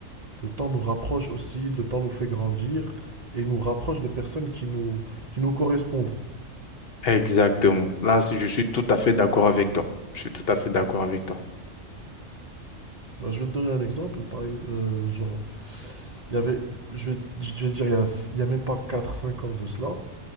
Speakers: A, on the right; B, on the left.
A: le temps nous rapproche aussi, le temps nous fait grandir et nous rapproche de personnes qui nous, qui nous correspondent.
B: Exactement. Là, si- je suis tout à fait d'accord avec toi. Je suis tout à fait d'accord avec toi.
A: Bah, je vais te donner un exemple. Par, ex- euh, genre, il y avait, je vais, je vais dire, il y a, il y a même pas quatre cinq ans de cela.